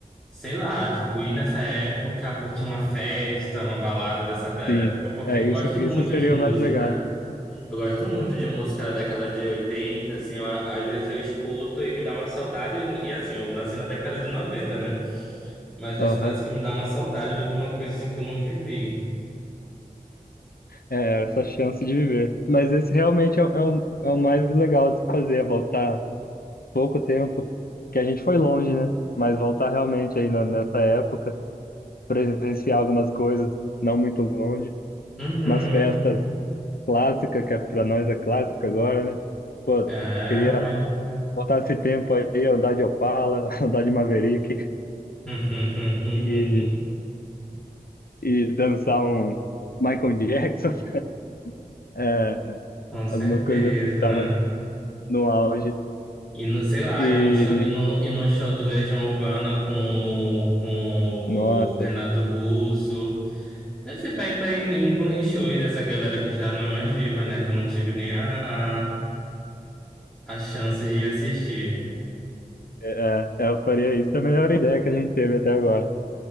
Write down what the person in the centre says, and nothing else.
sei lá, tipo, ir nessa época, curtir uma festa, uma balada dessa época,
porque
eu
gosto muito
de música.
Eu gosto muito de música da década de 80, assim, eu- às vezes eu escuto e me dá uma saudade, e assim, eu nasci na década de 90, né? Mas às vezes
parece que me dá uma saudade de alguma coisa, assim, que eu não vivi.
Uhum,
é,
né?
<laughs>
Com certeza,
né?
E no, sei lá,
e no show, e no, e no show do Legião Urbana com, com o
Renato Russo. Deve ser pra ir pra ir em, em shows dessa galera que já não é mais viva, né? Que eu não tive nem a, a, a chance de ir assistir.